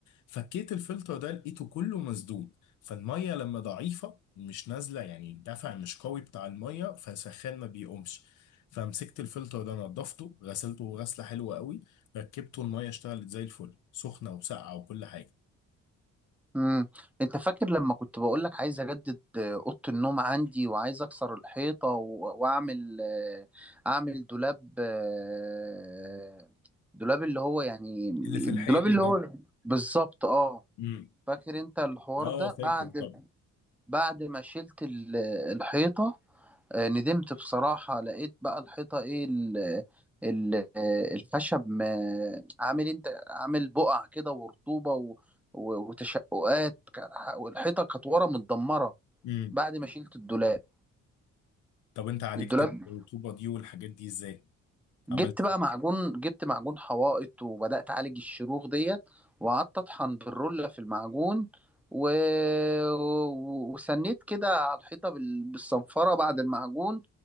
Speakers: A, on the left; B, in the centre.
A: فكيت الفلتر ده لقيته كله مسدود فالميه لما ضعيفه مش نازله يعني الدفع مش قوي بتاع الميه فسخان ما بيقومش فمسكت الفلتر ده نضفته غسلته غسله حلوه قوي ركبته الميه اشتغلت زي الفل سخنه وساقعه وكل حاجه
B: امم انت فاكر لما كنت بقول لك عايز اجدد آه، اوضه النوم عندي وعايز اكسر الحيطه و... واعمل آه، اعمل دولاب آه، دولاب اللي هو يعني
A: اللي في
B: الدولاب
A: الحيط
B: اللي
A: ده
B: هو بالظبط اه
A: امم
B: فاكر انت الحوار
A: اه
B: ده
A: فاكر
B: بعد
A: طب
B: بعد ما شلت ال- الحيطة آه، ندمت بصراحة لقيت بقى الحيطة ايه ال ال آه، الخشب ما- عامل انت عامل بقع كده ورطوبة و- و- وتشققات ك- والحيطة كانت ورا متدمرة
A: امم
B: بعد ما شلت الدولاب
A: طب انت عالجت
B: الدولاب
A: الرطوبه دي والحاجات دي ازاي
B: جبت
A: عملت
B: بقى
A: إيه؟
B: معجون جبت معجون حوائط وبدأت أعالج الشروخ ديت وقعدت أطحن بالرولة في المعجون و... و- وسنيت كده على الحيطة بال... بالصنفرة بعد المعجون